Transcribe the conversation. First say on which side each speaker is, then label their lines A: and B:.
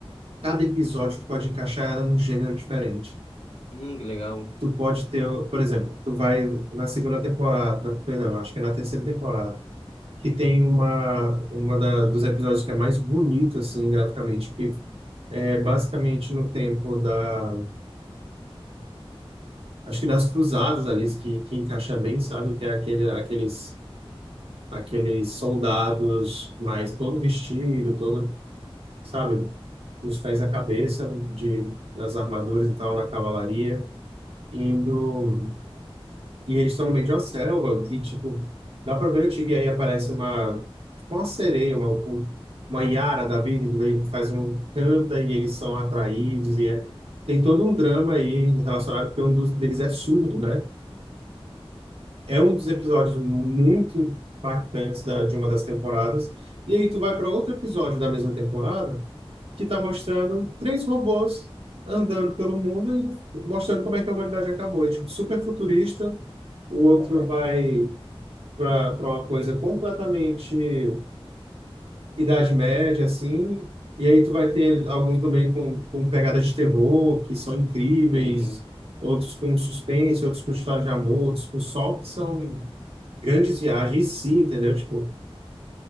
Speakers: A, on the right; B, on the left.
A: Cada episódio tu pode encaixar ela num gênero diferente.
B: Hum, que legal.
A: Tu pode ter, por exemplo, tu vai na segunda temporada, na, perdão, acho que é na terceira temporada, que tem uma, uma da, dos episódios que é mais bonito, assim, graficamente, que é basicamente no tempo da Acho que nas cruzadas ali que, que encaixa bem, sabe? Que é aquele, aqueles, aqueles soldados mais todo vestido, todo, sabe? Os pés na cabeça, de, nas armaduras e tal, na cavalaria, indo. E eles estão no meio de uma selva, e tipo, dá pra ver o tigre, e aí aparece uma, tipo uma sereia, uma, um- uma Yara da vida, e aí faz um canta e eles são atraídos, e é- tem todo um drama aí relacionado, porque um dos deles é surdo, né? É um dos episódios muito impactantes da, de uma das temporadas. E aí tu vai para outro episódio da mesma temporada que está mostrando três robôs andando pelo mundo e mostrando como é que a humanidade acabou. É, tipo, super futurista. O outro
B: Caraca.
A: vai para para uma coisa completamente Idade Média, assim. E aí tu vai ter alguns também com, com pegadas de terror que são incríveis.
B: Entendi.
A: Outros com suspense, outros com história de amor, outros com sol, que são grandes viagens, sim, entendeu? Tipo,